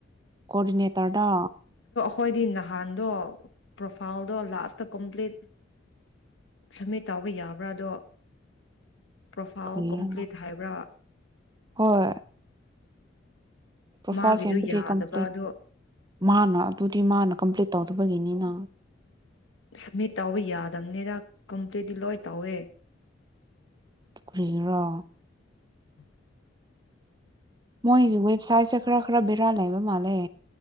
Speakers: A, on the right; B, on the left.
A: ꯀꯑꯣꯔꯗꯤꯅꯦꯇꯔ ꯗ
B: ꯍꯣꯏꯗꯤ ꯅꯍꯥꯟꯗꯣ ꯄ꯭ꯔꯣꯐꯥꯏꯜꯗꯣ ꯂꯥꯁꯇ ꯀꯝꯄ꯭ꯂꯤꯠ ꯁꯝꯃꯤꯠ ꯇꯕ ꯌꯥꯕ꯭ꯔꯥꯗꯣ ꯄ꯭ꯔꯣꯐꯥꯏꯜ
A: ꯀꯔꯤꯔ
B: ꯀꯝꯄ꯭ꯂꯤꯠ ꯍꯥꯏꯕ꯭ꯔꯥ
A: ꯍꯣꯏ ꯄ꯭ꯔꯣꯐꯥꯏꯜ
B: ꯃꯥꯒꯤꯗꯣ
A: ꯁꯦꯝꯕꯒꯤ
B: ꯌꯥꯗꯕ
A: ꯀꯝꯄ꯭ꯂꯤꯠ
B: ꯑꯗꯣ
A: ꯃꯥꯅ ꯑꯗꯨꯗꯤ ꯃꯥꯅ ꯀꯝꯄ꯭ꯂꯤꯠ ꯇꯧꯗꯕꯒꯤꯅꯤꯅ
B: ꯁꯃꯤꯠ ꯇꯥꯎꯕ ꯌꯥꯗꯕꯅꯦꯗ ꯗꯤ ꯂꯣꯏ ꯇꯧꯋꯦ
A: ꯇꯨꯈ꯭ꯔꯔꯣ
B: ꯎꯝ
A: ꯃꯣꯏꯒꯤ ꯋꯦꯕꯁꯥꯏꯠꯁꯦ ꯈꯔ ꯈꯔ ꯕꯦꯔꯥꯜ ꯂꯩꯕ ꯃꯥꯜꯂꯦ